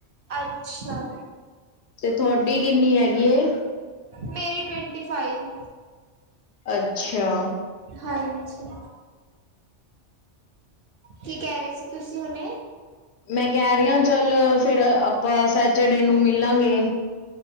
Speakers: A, on the right (about 55°); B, on the left (about 70°).
A: ਅੱਛਾ
B: ਤੇ ਤੁਹਾਡੀ ਕਿੰਨੀ ਹੈਗੀ ਏ?
A: ਮੇਰੀ, ਟਵੰਟੀ ਫਾਈਵ।
B: ਅੱਛਾ।
A: ਹਾਂਜੀ, ਕੀ ਕਹਿ ਰਹੇ ਸੀ ਤੁਸੀਂ ਹੁਣੇ?
B: ਮੈਂ ਕਹਿ ਰਹੀਹਾ ਚੱਲ ਫਿਰ ਆਪਾਂ ਸੈਚਡੇ ਨੂੰ ਮਿਲਾਂਗੇ।